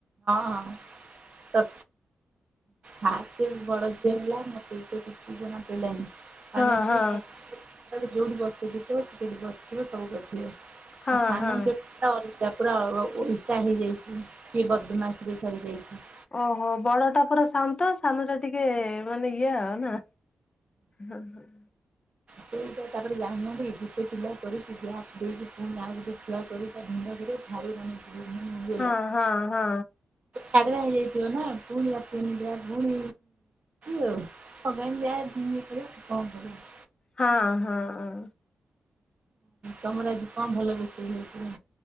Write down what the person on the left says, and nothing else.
ହଁ
ହଁ
ହଁ
ହଁ
ଓହୋ ବଡ ଟା ପୁରା ଶାନ୍ତ ସାନ ଟା ଟିକେ ମାନେ ଇଏ ଆଉ ନା? ହଁ ହଁ।
ହଁ ହଁ ହଁ।
ହଁ ହଁ ହଁ।